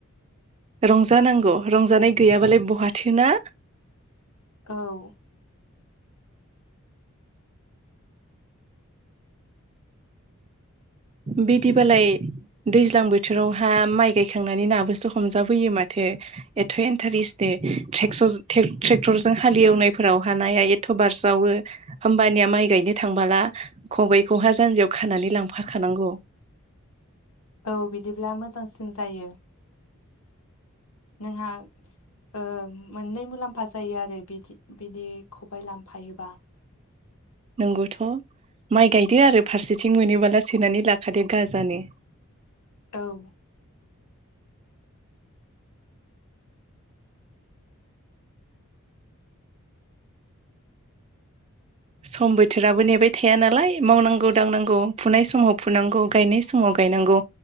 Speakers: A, on the right; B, on the left.
A: रंजानांगौ रंजानाय गैयाबालाय बहाथो ना
B: औ।
A: बिदिबालाय दैज्लां बोथोरावहा माइ गायखांनानै नाबोसो हमजाबोयो माथो। एथ' इन्टारेस्ट दे <unintelligible> ट्रेक्टरजों हालेवनायफोराव हानाया एथ' बारस्रावो होमबानिया माइ गायनो थांबोला खबाइखौहा जानजियाव खानानै लांफाखानांगौ।
B: औ बिदिब्ला मोजांसिन जायो नोंहा ओ मोननै मुलाम्फा जायो आरो बिदि बिदि खबाइ लाफायोबा
A: नोंगौथ' माइ गायदो आरो फारसेथिं मोनोबोला सोनानै लाखादो गाजानो।
B: औ।
A: सम बोथोराबो नेबाय थाया नालाय मावनांगौ दांनांगौ फुनाय समाव फुनांगौ गायनाय समाव गायनांगौ।